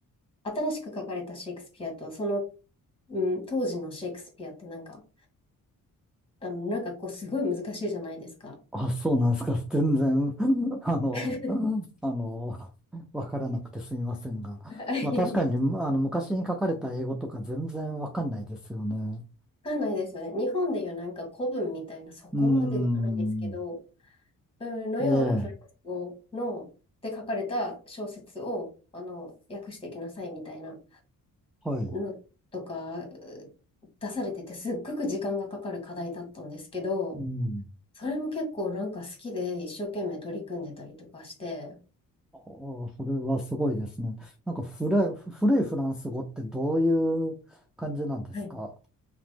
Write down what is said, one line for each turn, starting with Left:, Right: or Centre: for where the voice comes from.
Left: 新しく書かれたシェイクスピアと、その、うん、当時のシェイクスピアってなんか、あの、なんかこう、すごい難しいじゃないですか。
Centre: あ、そうなんですか。全然、<laughs> あの、
Left: <laughs>
Centre: あの、わからなくてすみませんが。
Left: はい
Centre: まあ確かに、あの、昔に書かれた英語とか全然わかんないですよね。
Left: わかんないですよね。日本でいうなんか古文みたいな、そこまでではないですけど、
Centre: うーん。
Left: うんのようなフランス語の、
Centre: ええ、
Left: で書かれた小説を、あの、訳してきなさいみたいな
Centre: はい。
Left: のとか、う出されてて、すっごく時間がかかる課題だったんですけど、
Centre: うん。
Left: それも結構なんか好きで一生懸命取り組んでたりとかして、
Centre: ああ、それはすごいですね。なんか古い、古いフランス語ってどういう感じなんですか
Left: はい